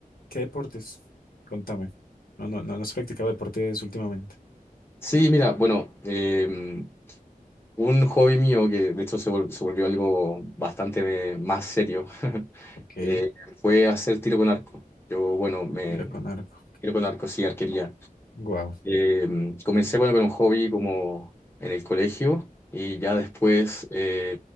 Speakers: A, on the left; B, on the left.
A: qué deportes? Contame. No, no, no, no has practicado deportes últimamente.
B: Sí, mira, bueno, em, Un hobby mío que de hecho se, vol- se volvió algo bastante más serio <laughs>
A: Ok,
B: eh, fue hacer tiro con arco. Yo, bueno, me
A: tiro con arco.
B: tiro con arco sí, arquería.
A: Wow.
B: Eh, comencé bueno, con un hobby como en el colegio y ya después eh,